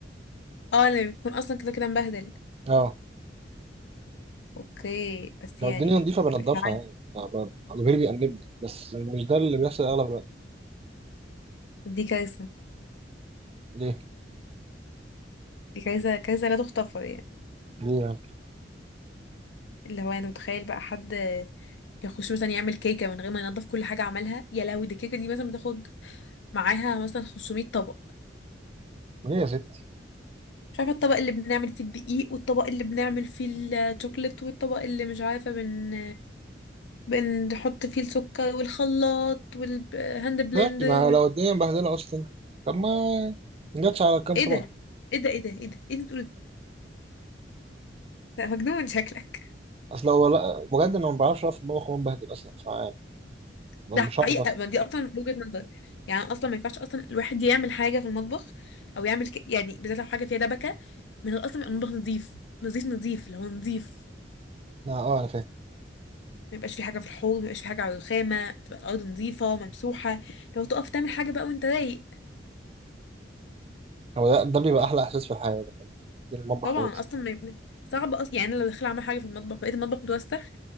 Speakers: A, on the left (about 70°); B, on the right (about 35°).
A: اه اللي بيكون أصلا كده كده مبهدل
B: اه
A: اوكي بس
B: لو
A: يعني
B: الدنيا نضيفة بنضفها
A: مش عارفة
B: يعني آه، ب- ضميري بيأنبني بس مش ده اللي بيحصل أغلب الوقت
A: دي كارثة
B: ليه؟
A: دي كارثة كارثة لا تغتفر يعني
B: ليه يعني؟
A: اللي هو انا متخيل بقى حد يخش مثلا يعمل كيكة من غير ما ينضف كل حاجة عملها يا لهوي دي الكيكة دي مثلا بتاخد معاها مثلا 500 طبق
B: ليه يا ستي؟
A: مش عارفة الطبق اللي بنعمل فيه الدقيق والطبق اللي بنعمل فيه الشوكليت والطبق اللي مش عارفة بن بنحط فيه السكر والخلاط والهاند بلندر
B: ماشي ما
A: وال...
B: لو الدنيا مبهدلة أصلا طب ما جاتش على كام
A: ايه
B: طبق
A: ده ايه ده ايه ده ايه ده ايه ده بتقول ده مجنون شكلك
B: اصل هو لا بجد انا ما بعرفش اقف في المطبخ وانا بهدل اصلا فيعني مش
A: ده
B: هعرف
A: حقيقة
B: أصلا.
A: ما دي أصلا وجهة نظر يعني أصلا ما ينفعش أصلا الواحد يعمل حاجة في المطبخ أو يعمل ك... يعني بالذات لو حاجة فيها دبكة من الأصل يبقى المطبخ نظيف نظيف نظيف اللي هو نظيف
B: لا، اه انا فاهم
A: ما يبقاش في حاجة في الحوض ما يبقاش في حاجة على الرخامة تبقى الأرض نظيفة ممسوحة لو تقف تعمل حاجة بقى وأنت رايق
B: هو ده, ده بيبقى احلى احساس في الحياه لما تنزل المطبخ
A: طبعا
B: رايق
A: أصلا ما... ما- صعب أصلا يعني أنا لو داخلة أعمل حاجة في المطبخ بقيت المطبخ متوسخ